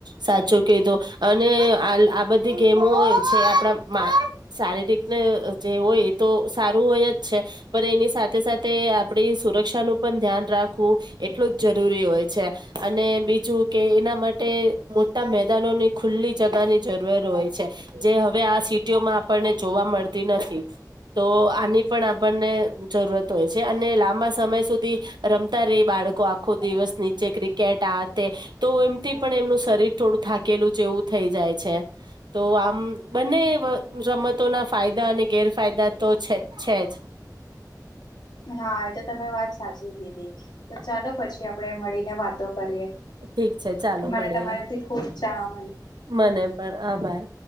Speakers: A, on the right; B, on the left.
A: સાચો કધો અને આ આ બધી ગેમો હોય જે આપણા શારીરિકને જે હોય તો સારું હોય જ છે પણ એની સાથે સાથે <inaudible> આપણી સુરક્ષાનું પણ ધ્યાન રાખ ખું એટલું જ જરૂરી હોય છે અને બીજું કે એના માટે મોટા મેદાનોની ખુલ્લી જગાની જરૂર હોય છે જે હવે આ સિટીઓમાં આપણને જોવા મળતી નથી તો આની પણ આપણને જરૂરત હોય છે અને લાંબા સમય સુધી રમતા રહી બાળકો આખો દિવસ નીચે ક્રિકેટ આ તો એમથી પણ એમનું શરીર થોડું થાકેલું જેવું થઈ જાય છે તો આમ બંને રમતોના ફાયદા અને ગેરફાયદા તો છે છે જ
B: હા એ તો તમે વાત સાચી કીધી તો ચાલો પછી આપણેે મળીને વાતો કરીએ
A: ઠીક છે ચાલો
B: મને
A: મળીએ
B: તમારેથી ખુબ જામ
A: મને પણ આભાર